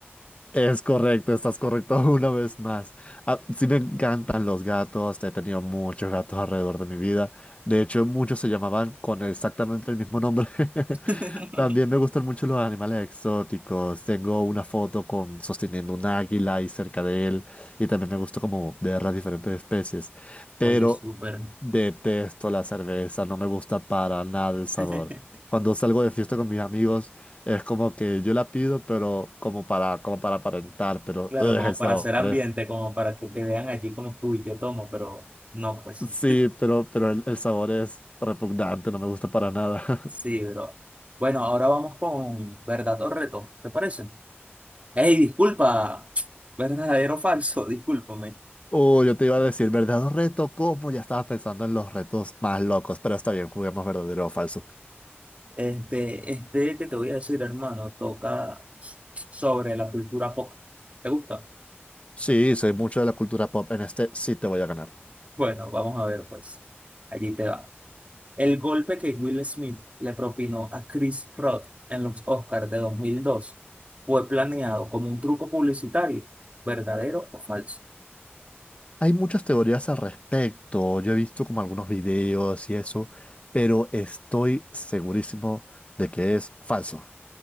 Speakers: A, on the left; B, on the right.
A: Es correcto, estás correcto <laughs> una vez más. Ah, sí me encantan los gatos, he tenido muchos gatos alrededor de mi vida. De hecho, muchos se llamaban con exactamente el mismo nombre.
B: <laughs>
A: <laughs> También me gustan mucho los animales exóticos. Tengo una foto con sosteniendo un águila y cerca de él. Y también me gusta como ver las diferentes especies. Pero
B: Oye, súper.
A: detesto la cerveza, no me gusta para nada el sabor.
B: <laughs>
A: Cuando salgo de fiesta con mis amigos, es como que yo la pido, pero como para, como para aparentar, pero
B: Claro,
A: ugh,
B: como
A: el sabor
B: para hacer ambiente,
A: es.
B: como para que te vean allí como, uy, yo tomo, pero no, pues sí,
A: Sí, pero, pero el, el sabor es repugnante, no me gusta para nada. <laughs>
B: Sí, bro. Bueno, ahora vamos con verdad o reto, ¿te parece? Ey, disculpa, <tsk> verdadero o falso, <laughs> discúlpame.
A: Oh, yo te iba a decir, ¿verdadero reto? ¿Cómo? Ya estaba pensando en los retos más locos, pero está bien, juguemos verdadero o falso.
B: Este, este que te voy a decir, hermano, toca sobre la cultura pop. ¿Te gusta?
A: Sí, soy mucho de la cultura pop, en este sí te voy a ganar.
B: Bueno, vamos a ver, pues. Allí te va. El golpe que Will Smith le propinó a Chris Rock en los Oscars de 2002 fue planeado como un truco publicitario, ¿verdadero o falso?
A: Hay muchas teorías al respecto, yo he visto como algunos videos y eso, pero estoy segurísimo de que es falso.